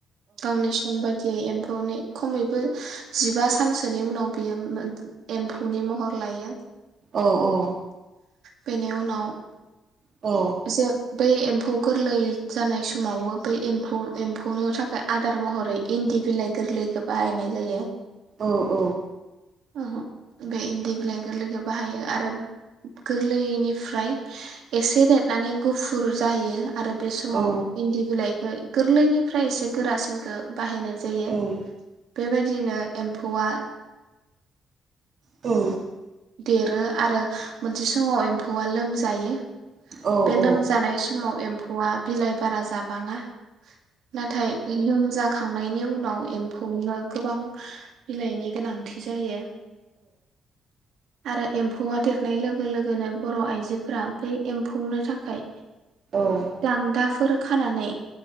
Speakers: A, on the right; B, on the right.
A: गावनि सम बादियै एम फौ खमैबो जिबा सानसोनि उनाव बियो एम्फौनि महर लायो
B: औ औ
A: बेनि उनाव
B: औ
A: जे बै एम्फौ गोरलै जानाय समावबो बै एम्फौ एम्फौनो थाखाय आदार महरै इन्दि बिलाइ गोरलैखौ बाहायनाय जायो
B: औ औ
A: ओ बे इन्दि बिलाइ गोरलै बाहायो आरो गोरलैनिफ्राय एसे देरनानै गुफुर जाहैयो आरो बे समाव
B: औ
A: इन्दि बिलाइखौ गोरलैनिफ्राय एसे गोरासिनखो बाहायनाय जायो
B: औ औ
A: बेबायदिनो एम्फौआ
B: औ
A: देरो आरो मोनसे समाव एम्फौआ लोमजायो
B: औ
A: बे लोमजानाय स समाव एम्फौआ बिलाइ बारा जाबाङा नाथाय लोमजा खांनायनि उनाव एम्फौनो गोबां बिलाइनि गोनांथि जायो आरो एम्फौआ देरनाय लोगो लोगोनो बर' आइजोफोरा बै एम्फौनो थाखाय
B: औ
A: दान्दाफोर खानानै